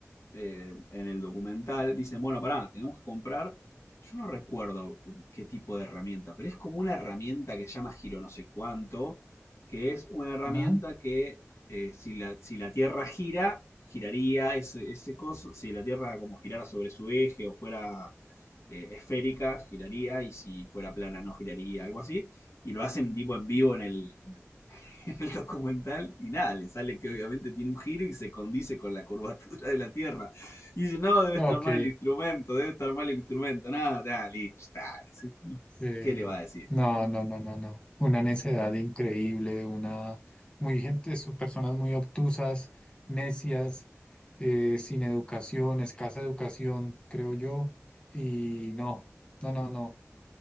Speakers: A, on the left; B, on the left.
A: eh, en el documental, dicen, bueno, pará, tenemos que comprar, yo no recuerdo qué tipo de herramienta, pero es como una herramienta que se llama giro no sé cuánto, que es una herramienta
B: Ajá.
A: que eh, si, la, si la Tierra gira, giraría ese, ese coso, si la Tierra como girara sobre su eje o fuera eh, esférica, giraría, y si fuera plana no giraría, algo así, y lo hacen tipo en vivo en el, en el <laughs> en el documental y nada, le sale que obviamente tiene un giro y se condice con la curvatura de la Tierra. Y dice, no, debe
B: Ok,
A: estar mal el instrumento, debe estar mal el instrumento, nada, nada, listo, está. ¿sí?
B: Sí,
A: ¿Qué le va a decir?
B: no, no, no, no, no. Una necedad increíble, una muy gente, son personas muy obtusas, necias, eh, sin educación, escasa educación, creo yo. Y no, no, no, no.